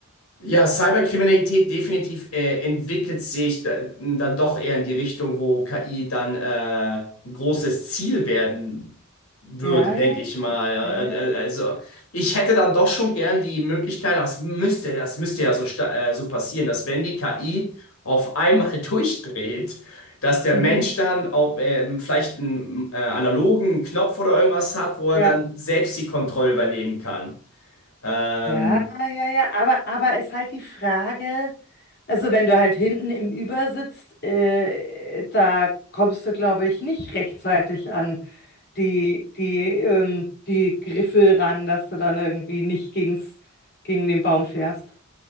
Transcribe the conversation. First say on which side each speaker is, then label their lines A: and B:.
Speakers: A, on the left; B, on the left.
A: Ja, Cyberkriminalität definitiv äh, entwickelt sich da, dann doch eher in die Richtung, wo KI dann äh, ein großes Ziel werden würde,
B: Ja,
A: denke
B: ja,
A: ich mal.
B: ja, ja.
A: Äh, äh, Also ich hätte dann doch schon gern die Möglichkeit, das müsste, das müsste ja so, sta- äh, so passieren, dass wenn die KI auf einmal <laughs> durchdreht, dass der
B: Mhm.
A: Mensch dann auch, ähm, vielleicht einen äh, analogen Knopf oder irgendwas hat, wo er
B: Ja,
A: dann selbst die Kontrolle übernehmen kann. Ähm,
B: ja, ja, ja. Aber, aber ist halt die Frage, also wenn du halt hinten im Über sitzt, äh, da kommst du, glaube ich, nicht rechtzeitig an die, die, ähm, die Griffel ran, dass du dann irgendwie nicht gegens, gegen den Baum fährst.